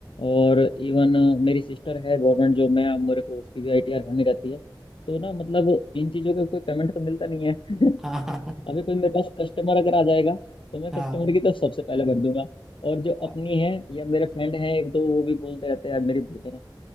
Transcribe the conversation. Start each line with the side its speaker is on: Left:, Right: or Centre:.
Left: और इवन मेरी सिस्टर है गवर्नमेंट जॉब में अब मेरे को उसकी भी आईटीआर भरनी रहती है तो ना मतलब इन चीज़ों का कोई पेमेंट तो मिलता नहीं है <laughs>
Centre: हाँ हाँ
Left: अभी कोई मेरे पास कस्टमर अगर आ जाएगा तो मैं
Centre: हाँ
Left: कस्टमर की तरफ सबसे पहले भर दूंगा और जो
Centre: हाँ
Left: अपनी है या मेरे फ्रेंड है एक दो वो भी बोलते रहते हैं यार मेरी भर देना